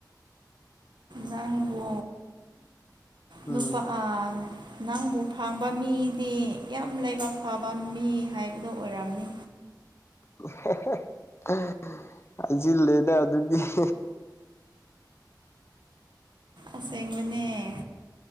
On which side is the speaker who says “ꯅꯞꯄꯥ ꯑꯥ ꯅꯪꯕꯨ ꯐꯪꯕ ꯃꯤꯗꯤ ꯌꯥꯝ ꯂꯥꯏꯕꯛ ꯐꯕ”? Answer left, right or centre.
Right